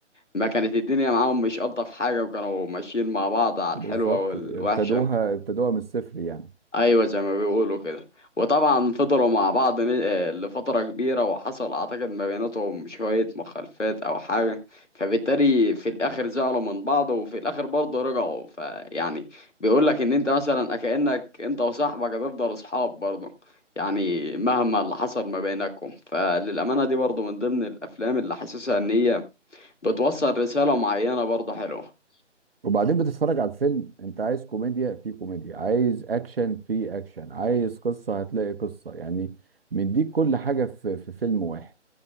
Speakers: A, on the left; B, on the right.
A: ما كانت الدنيا معاهم مش ألطف حاجة وكانوا ماشيين مع بعض على
B: بالظبط
A: الحلوة والوحشة
B: ابتدوها ابتدوها من الصفر يعني
A: ايوه زي ما بيقولوا كده وطبعا فضلوا مع بعض ن- آه، لفتره كبيره وحصل اعتقد ما بيناتهم شويه مخالفات او حاجه فبالتالي في الاخر زعلوا من بعض وفي الاخر برضه رجعوا فيعني بيقول لك ان انت مثلا كانك انت وصاحبك هتفضل اصحاب برضه يعني مهما اللي حصل ما بينكم فللامانه دي برضه من ضمن الافلام اللي حاسسها ان هي بتوصل رساله معينه برضه حلوه
B: وبعدين بتتفرج على الفيلم انت عايز كوميديا في كوميديا عايز اكشن في اكشن عايز قصه هتلاقي قصه يعني مديك كل حاجه في في فيلم واحد